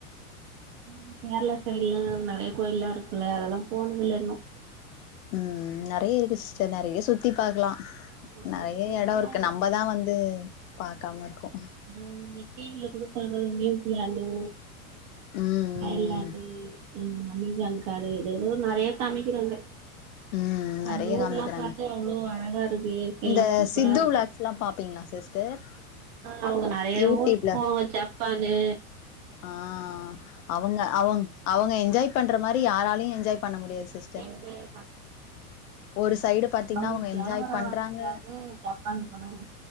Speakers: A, on the right; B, on the left.
A: ஆ கேரள சைடல நெறைய கோயில்லா இருக்குல்ல அதெல்லா போனது இல்ல இன்னும்
B: ம் நிறைய இருக்கு சிஸ்டர் நிறைய சுத்தி பாக்கலா
A: ஆமா
B: நெறைய
A: எங்க
B: எட இருக்கு நம்பதா வந்து பாக்காம இருக்கோ
A: ஆமா டிவில குடுப்பாங்க நியூஸ்ல ஹலோ
B: ம்
A: <unintelligible>
B: ம்
A: அமேசான் காடு ஏதேதோ நெறைய காமிக்கிறாங்க
B: ம் நெறைய
A: அந்த ஊர்லா
B: காமிக்கிறாங்க
A: பாத்தா எவ்ளோ அழகா இருக்கு இயற்கைலா
B: இந்த
A: சூப்பரா
B: சித்து
A: இருக்கு
B: விளாக்ஸ்லா பாப்பீங்களா சிஸ்டர்
A: அவங்க நெறைய
B: யூடியூப்ல
A: ஊருக்கு போவாங்க ஜப்பான்னு
B: ஆ அவங்க அவங் அவங்க என்ஜாய் பண்ற மாரி யாராலையு என்ஜாய் பண்ண முடியாது சிஸ்டர்
A: என்ஜாயே
B: ஒரு சைடு பாத்தீங்கன்னா
A: அவங்க கேமரா
B: என்ஜாய் பண்றாங்க
A: வாங்கறதுக்காகவே ஜப்பான் போனாங்க